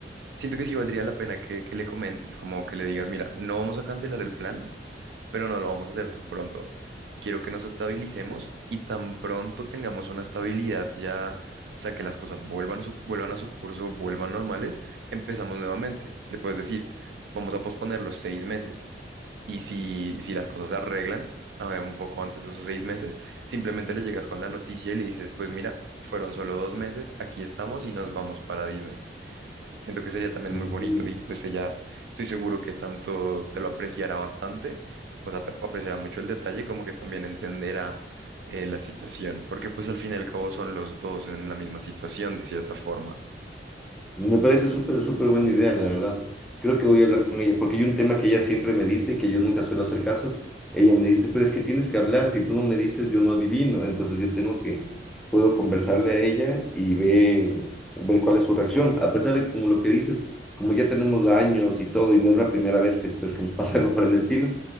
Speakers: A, on the right (about 70°); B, in the centre.
A: siento que sí valdría la pena que, que le comentes, como que le digas, mira, no vamos a cancelar el plan pero no lo vamos a hacer tan pronto. Quiero que nos estabilicemos y tan pronto tengamos una estabilidad ya, o sea, que las cosas vuelvan, su- vuelvan a su curso, vuelvan normales, empezamos nuevamente. Le puedes decir, vamos a posponer los seis meses y si, si las cosas se arreglan a ver, un poco antes de esos seis meses, simplemente le llegas con la noticia y le dices, pues mira, fueron solo dos meses, aquí estamos y nos vamos para Disney. Siento que sería también
B: ujú.
A: muy bonito y pues ella, estoy seguro que tanto te lo apreciará bastante, o sea, te apreciará mucho el detalle, como que también entenderá eh, la situación, porque pues al fin y al cabo son los dos en la misma situación de cierta forma.
B: Me parece súper, súper buena idea, la verdad. Creo que voy a hablar con ella, porque hay un tema que ella siempre me dice y que yo nunca suelo hacer caso. Ella me dice, pero es que tienes que hablar, si tú no me dices, yo no adivino. Entonces yo tengo que, puedo conversarle a ella y ver, ver cuál es su reacción. A pesar de que, como lo que dices, como ya tenemos años y todo, y no es la primera vez que, pues, que nos <laughs> pasa algo por el estilo,